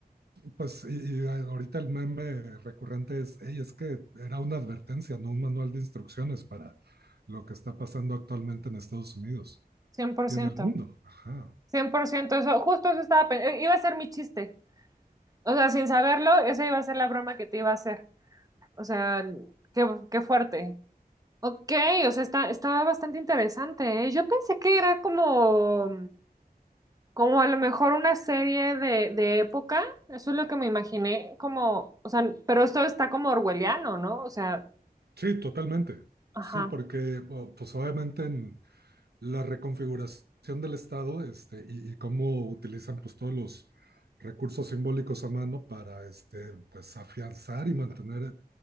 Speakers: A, on the right (about 80°); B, on the right (about 20°).
A: pues y, y ahorita el meme recurrente es, "Ey, es que era una advertencia, no un manual de instrucciones para lo que está pasando actualmente en Estados Unidos
B: cien por
A: y
B: ciento
A: en el mundo. Ajá.
B: cien por ciento eso. Justo eso estaba pensando. Iba a ser mi chiste. O sea, sin saberlo, esa iba a ser la broma que te iba a hacer. O sea, qué, qué fuerte. Ok, o sea, está, estaba bastante interesante, ¿eh? Yo pensé que era como, como a lo mejor una serie de, de época. Eso es lo que me imaginé, como, o sea, pero esto está como orwelliano, ¿no? O sea,
A: Sí, totalmente.
B: ajá.
A: Sí, porque o- pues obviamente en la reconfiguración del Estado este, y, y cómo utilizan pues todos los recursos simbólicos a mano para este, pues afianzar y mantener